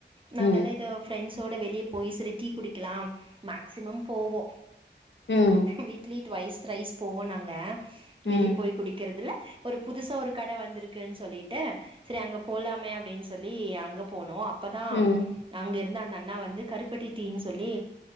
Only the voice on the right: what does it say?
நாங்கல்லா
இத ஃப்ரெண்ட்ஸோட வெளியே போய் செரி டீ புடிக்கலாம் மேக்சிமம் போவோ
வீக்லி ட்வைஸ் த்ரைஸ் போகூனாங்க
வெளியே போய் குடிக்கிறதுல ஒரு புதுசா ஒரு கட வந்திருக்குன்னு சொல்லிட்டு செரி அங்க போலாமே அப்டின் சொல்லி அங்க போனோ அப் பதாம்
அங்க இருந்த ந நா வந்து கருப்பட்டி டீன் சொல்லி